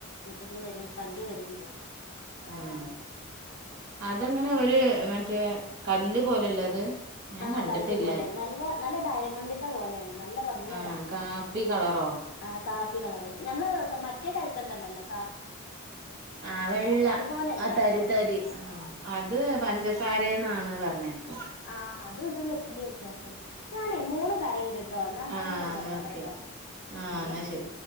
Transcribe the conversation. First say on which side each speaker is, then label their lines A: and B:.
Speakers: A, on the left; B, on the right.
A: ഇത് വരു തങ്ക്യ വരണ്ട്
B: ആഹ അതെങ്ങനെ ഒരു മറ്റേ കല്ല് പോലെല്ല അത് ഞാൻ
A: ആഹ
B: കണ്ടിട്ടില്ല
A: കല്ല് പോലെ നല്ല നല്ല ഡയമണ്ടിന്റെ പോലെയാണ് നല്ല ഭംഗിയ
B: ആഹ്
A: കാണാനെ
B: കാപ്പി കളറോ
A: ആ കാപ്പി കളറ് നഞമ്മള് മറ്റേ ഒക്കണ്ടല്ലോ
B: ആ വെള്ള
A: അതുപോലെല്ല
B: ആ തരി
A: ആഹ്
B: തരി ആ അത് പഞ്ചസാരന്നാണ് പറ പറേക്കെ
A: ആഹ അതും ഇതും വലിയ വ്യത്യാസല്ല ഞാനേ മൂ കറണ്ട്ിട്ടോ എന്നാ ഞാനൊന്ന്
B: ആഹ്
A: നോക്കട്ടെട്ടോ
B: എന്നാ ഓക്കെ
A: എന്ന
B: ആഹ്
A: എന്നാ ശെരി
B: ശരി